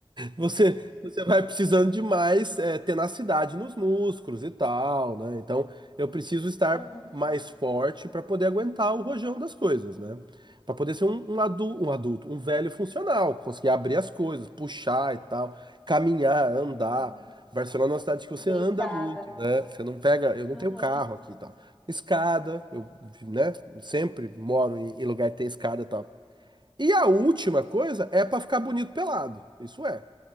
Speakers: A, on the right (about 45°); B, in the centre.
A: Você, você vai precisando de mais eh, tenacidade nos músculos e tal, né? Então, eu preciso estar
B: Uhum,
A: mais forte para poder aguentar o rojão das coisas, né? Para poder ser um, um, adu- um adulto, um velho funcional, conseguir abrir as coisas, puxar e tal, caminhar, andar.
B: uhum,
A: Barcelona é uma cidade que você
B: Beliscada.
A: anda muito, né? Você não pega, eu não
B: uhum,
A: tenho carro aqui e tal. Escada, eu, né? Sempre moro em, em lugar que tem escada e tal. E a última coisa é para ficar bonito pelado. Isso é.